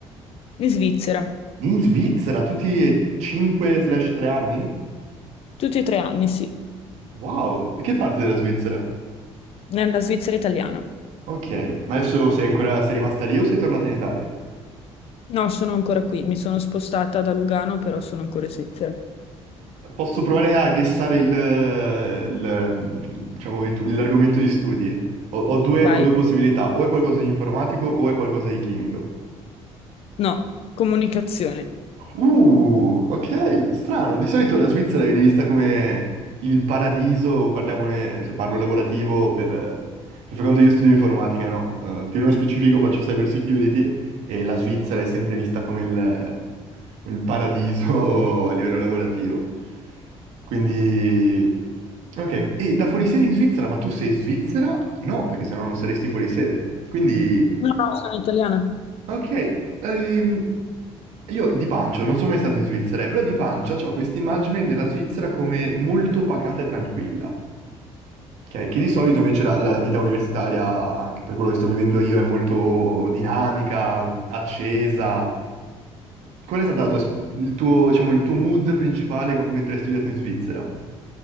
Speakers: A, on the left; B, on the right.
A: In Svizzera,
B: In Svizzera, tutti e 5/3 anni?
A: tutti e tre anni, sì,
B: Wow, che parte della Svizzera?
A: nella Svizzera italiana.
B: Ok, ma adesso sei ancora... sei rimasta lì o sei tornata in Italia?
A: No, sono ancora qui, mi sono spostata da Lugano, però sono ancora in Svizzera.
B: Posso provare a guessare il, il- diciamo, il tu- l'argomento di studi? Ho, ho due,
A: Vai.
B: ho due possibilità, o è qualcosa di informatico o è qualcosa di chimico.
A: No, comunicazione.
B: Uh, ok, strano. Di solito la Svizzera viene vista come il paradiso, parliamone, se parlo lavorativo, per, per far conto io studio informatica, no? Eh, più nello specifico faccio cyber security e la Svizzera è sempre vista come il, il paradiso <laughs> a livello lavorativo. Quindi... Ok, e da fuori sede in Svizzera, ma tu sei svizzera? No, perché sennò non saresti fuori sede. Quindi...
A: No, no, sono italiana.
B: Ok, ehm, io di pancia, non sono mai stato in Svizzera, eh, però di pancia ho questa immagine della Svizzera come molto pacata e tranquilla, ok? Che di solito invece la, la vita universitaria, anche per quello che sto vivendo io, è molto dinamica, accesa. Qual è stato la tua es- il tuo, diciamo, il tuo mood principale quando- mentre hai studiato in Svizzera?